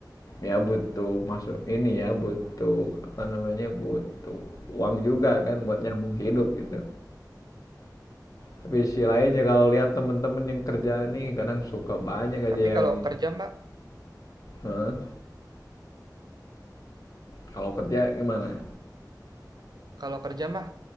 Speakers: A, on the left; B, on the right.
A: ya butuh masuk ini ya, butuh apa namanya, butuh uang juga kan buat nyambung hidup gitu. Tapi di sisi lainnya kalau lihat temen-temen yang kerja nih kadang suka banyak aja
B: tapi kalau
A: yang,
B: kerja Mbak,
A: "Hah? Kalau kerja gimana?
B: kalau kerja mah